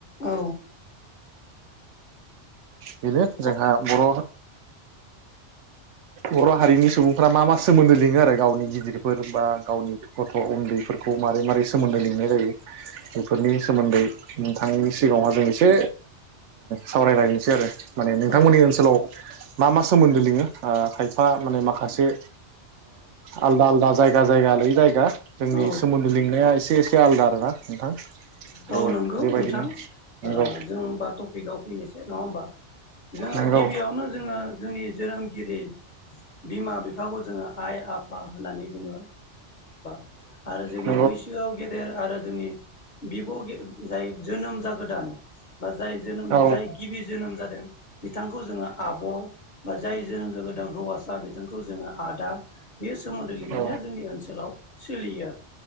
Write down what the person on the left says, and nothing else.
औ
औ
औ
औ
औ नंगौ
नोंथां
जोंबाथ' आव फैनोसै नंङा होमबा जोंङो
गिबियावनो जोंङो जोंनि जोनोमगिरि बिमा बिफाखौ जोंङो आइ आफा होननानै बुंङो आरो जोंनि
बैसोआव गेदेर आरो जोंनि बिब' जाय जोनोम जागोदान बा जाय जोनोम
जाय गिबि जोनोम जादों बिथांखौ जोंङो आब' बा जाय जोनोम हौवासा खौ जोंङो आदा बे सोमोन्दो लिंनाया
जोंनि ओनसोलाव सोलियो।